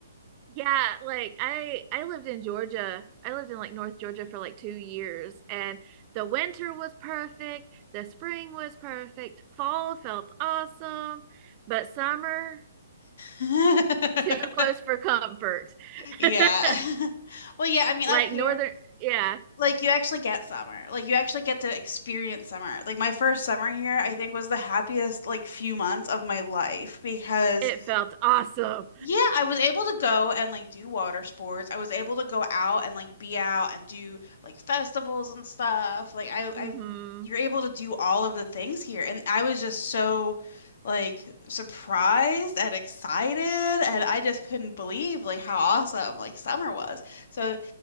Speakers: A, on the right; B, on the left.
A: Yeah, like I I lived in Georgia. I lived in like North Georgia for like two years and the winter was perfect, the spring was perfect, fall felt awesome, but summer
B: <laughs>
A: too close for comfort. <laughs>
B: Yeah. <laughs> Well, yeah, I mean
A: Like
B: up here,
A: northern, yeah,
B: like you actually get summer. Like you actually get to experience summer. Like my first summer here, I think was the happiest like few months of my life because
A: it felt awesome.
B: Yeah, I was able to go and like do water sports. I was able to go out and like be out and do like festivals and stuff. Like I
A: Mhm.
B: I've you're able to do all of the things here. And I was just so like surprised and excited and I just couldn't believe like how awesome like summer was. So